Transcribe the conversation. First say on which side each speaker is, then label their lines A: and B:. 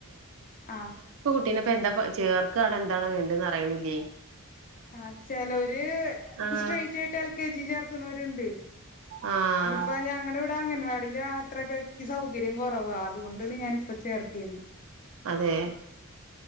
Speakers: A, on the left; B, on the right.
A: ആഹ്
B: കുട്ടിനെ ഇപ്പൊ എന്താപ്പോ ചേർക്കാണ് എന്താണ് വെണ്ടേന്ന് അറിയിണില്ലേ
A: ആ ചെലോര്
B: ആഹ്
A: സ്ട്രൈറ്റായിട്ട് എൽ കെ ജി ചേർ ത്ണോരുണ്ടയ്
B: ആഹ്
A: ഇതിപ്പൊ അംഗൻവാടിയില് അ ത്രകക്ക് സൗകര്യം കുറവ അതുകൊണ്ടാണ് ഞാനിപ്പോ ചേർത്തിയത
B: അതേഹ്